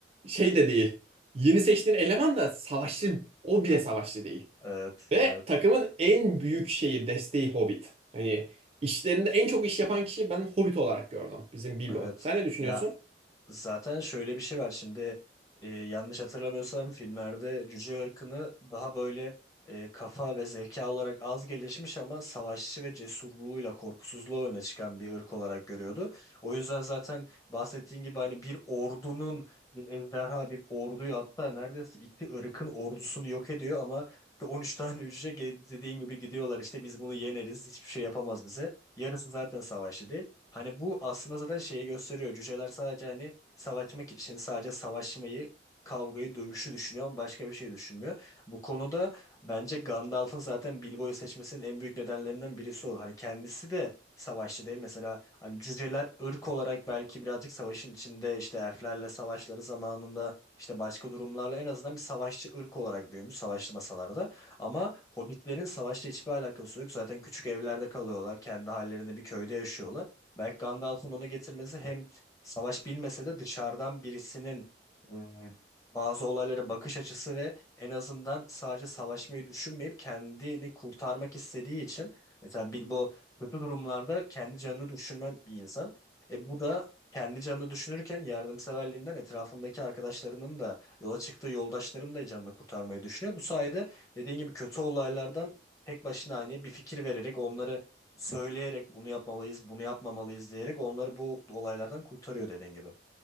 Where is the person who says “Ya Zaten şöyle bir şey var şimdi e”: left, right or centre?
Left